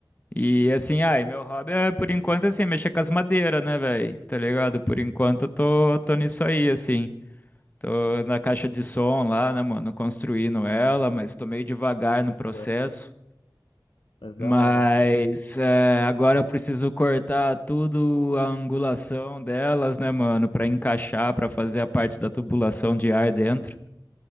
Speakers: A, on the left; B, on the left.
A: E assim, ai, meu hobby é por enquanto assim, mexer com as madeiras, né, velho? Tá ligado? Por enquanto eu tô, tô nisso aí, assim. Tô na caixa de som lá, né, mano? Construindo ela, mas tô meio devagar no processo.
B: Pô, mas da
A: Mas
B: hora.
A: é, agora eu preciso cortar tudo a angulação delas, né, mano? Pra encaixar, pra fazer a parte da tubulação de ar dentro.